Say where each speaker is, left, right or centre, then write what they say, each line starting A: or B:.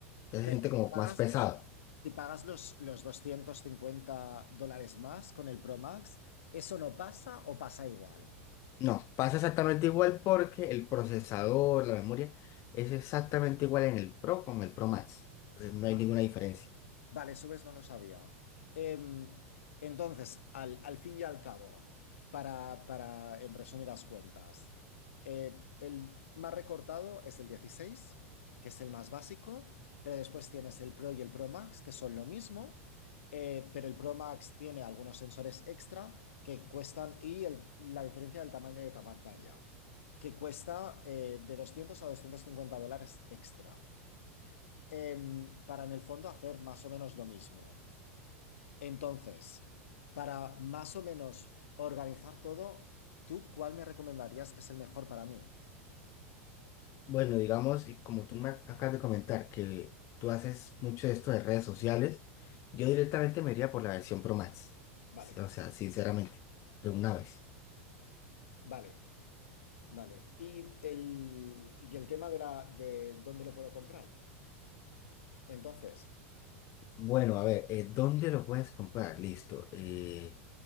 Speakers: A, on the left (about 35°); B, on the left (about 65°).
A: ya
B: pero
A: se siente
B: si
A: como
B: pagas,
A: más pesado.
B: si pagas los, los 250 dólares más con el Pro Max, ¿eso no pasa o pasa igual?
A: No, pasa exactamente igual porque el procesador, la memoria, es exactamente igual en el Pro con el Pro Max. Entonces no
B: Va.
A: hay ninguna diferencia.
B: Vale, subes no lo sabía. Em, entonces, al, al fin y al cabo, para, para, en resumidas cuentas, eh, el más recortado es el 16, que es el más básico, pero después tienes el Pro y el Pro Max, que son lo mismo, eh, pero el Pro Max tiene algunos sensores extra que cuestan, y el- la diferencia del tamaño de la pantalla, que cuesta eh, de 200 a 250 dólares extra em, para en el fondo hacer más o menos lo mismo. Entonces, para más o menos organizar todo, ¿tú cuál me recomendarías que es el mejor para mí?
A: Bueno, digamos, y como tú me acabas de comentar que tú haces mucho de esto de redes sociales, yo directamente me iría por la versión Pro Max.
B: Vale,
A: O sea, sinceramente, de una vez.
B: vale, vale. Y el, y el tema de, la, de dónde lo puedo comprar. Entonces,
A: Bueno, a ver, eh, ¿dónde lo puedes comprar? Listo. eh,